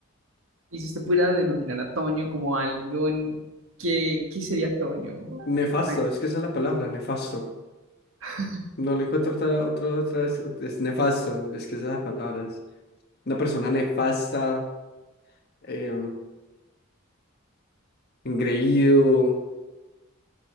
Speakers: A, on the right (about 75°); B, on the left (about 50°).
A: y si usted pudiera denominar a Toño como algo en, ¿qué, qué sería Toño?
B: Nefasto,
A: Ah,
B: es que esa es la palabra, nefasto.
A: <laughs>
B: No le encuentro otra, otra, otra vez, es nefasto, es que esa es la palabra, es una persona nefasta, eh, engreído.